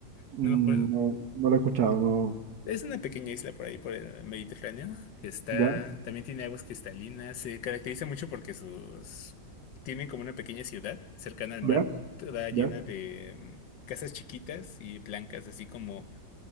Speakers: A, on the right; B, on the left.
A: Mm,
B: No me acuerdo.
A: No, no lo he escuchado, no.
B: Es una pequeña isla por ahí, por el Mediterráneo, que está,
A: ¿Ya?
B: también tiene aguas cristalinas. Se caracteriza mucho porque sus, tienen como una pequeña ciudad cercana al
A: ¿Ya?
B: mar, toda
A: ¿Ya?
B: llena de mm, casas chiquitas y blancas, así como,